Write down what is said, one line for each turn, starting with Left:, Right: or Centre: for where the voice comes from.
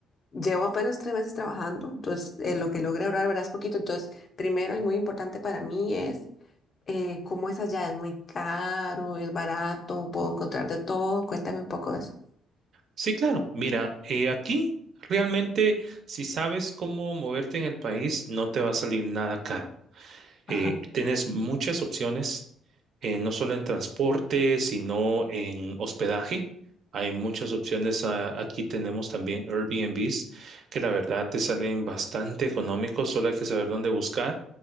Left: llevo apenas tres meses trabajando, entonces eh, lo que logré ahorrar, verás, poquito. Entonces, primero y muy importante para mí es eh, cómo es allá, es muy caro, es barato, puedo encontrar de todo. Cuéntame un poco de eso.
Right: Sí, claro. Mira, eh, aquí realmente, si sabes cómo moverte en el país, no te va a salir nada caro. Eh,
Left: Ajá.
Right: tienes muchas opciones, eh, no solo en transporte, sino en hospedaje. Hay muchas opciones. ah, aquí tenemos también Airbnbs, que la verdad te salen bastante económicos, solo hay que saber dónde buscar.